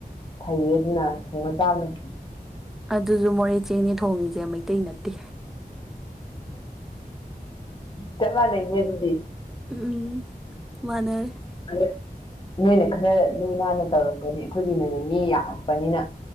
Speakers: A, on the left (about 30°); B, in the centre.
A: ꯐꯩꯌꯦ ꯑꯗꯨꯅ ꯊꯣꯡꯉ ꯆꯥꯝꯗ ꯐꯩ
B: ꯑꯗꯨꯁꯨ ꯃꯣꯔꯦ ꯆꯦꯡꯅꯤ ꯊꯣꯡꯉꯁꯦ ꯃꯩꯇꯩ ꯅꯠꯇꯦ
A: ꯆꯞ ꯃꯥꯟꯅꯩꯅꯦ ꯑꯗꯨꯗꯤ
B: ꯎꯝ ꯃꯅꯦꯔ
A: ꯑ ꯅꯣꯏꯅ ꯈꯔ ꯂꯨ ꯅꯥꯟꯅ ꯇꯧꯔꯝꯒꯅꯤ ꯑꯩꯈꯣꯏꯒꯤ ꯅꯅꯦ ꯃꯤ ꯌꯥꯝꯂꯛꯄꯅꯤꯅ